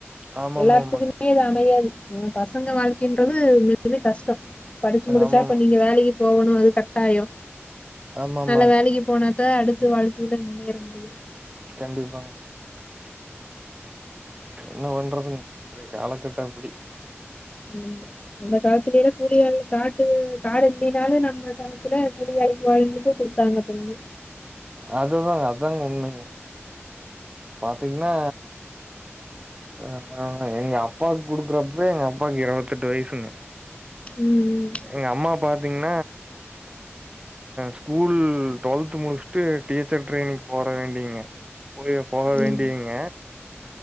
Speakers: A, on the right; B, on the left.
A: ஆமா
B: எல்லார்த்துக்குமே
A: ஆமா ஆமாங்க
B: அது அமையாது ஏ பசங்க வாழ்க்கைன்றது எதுமே கஷ்டம் படிச்சு முடிச்சா
A: ஆமா
B: அப்ப
A: ஆமா
B: நீங்க வேலைக்கு போகணும் அது கட்டாயம்
A: ஆமாமாங்க.
B: நல்ல வேலைக்கு போனா தா அடுத்த வாழ்க்கையில முன்னேற முடியு
A: கண்டிப்பாங் என்ன பண்றதுன்னு இன்றைய காலக்கட்டம் அப்டி
B: ஆமா அந்த காலத்திலயல்ல கூலியள் காட்டு காடு இல்லைனாலு நம்ம அப்பதா கூலி வேலைக்கு போனாவிங்களுக்கும் கொடுத்தாங்க பொண்ணு
A: அதுதாங்க அதாங்க உண்மைங்க பாத்தீங்கன்னா அதுதாங்க எங்க அப்பாக்கு குடுக்குறப்பவே எங்க அப்பாக்கு இருவத்தெதுட்டு வயசுங்க
B: ம்
A: எங்க அம்மா பாத்தீங்க ஸ்கூல் டுவெல்த் முடிச்சுட்டு டீச்சர் ட்ரெயனிங் போற வேண்டிங்க போய் போக வேண்டியங்க
B: ம்